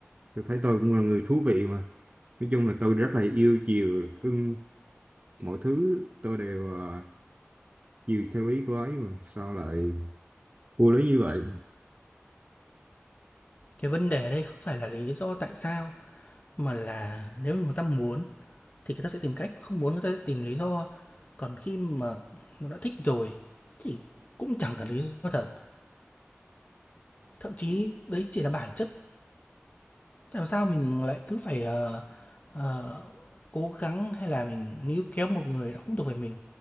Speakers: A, on the right; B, on the left.
A: Tôi thấy tôi cũng là người thú vị mà. Nói chung là tôi rất là yêu chiều, cưng mọi thứ tôi đều à, chiều theo ý của ấy mà. Sao lại vô lý như vậy?
B: Cái vấn đề ở đây không phải là lý do tại sao, mà là nếu người ta muốn thì người ta sẽ tìm cách, không muốn người ta sẽ tìm lý do. Còn khi mà nó đã thích rồi thì cũng chẳng cần lý do thật. thậm chí đấy chỉ là bản chất Làm sao mình lại cứ phải, ờ, ờ, cố gắng hay là mình níu kéo một người đã không thuộc về mình?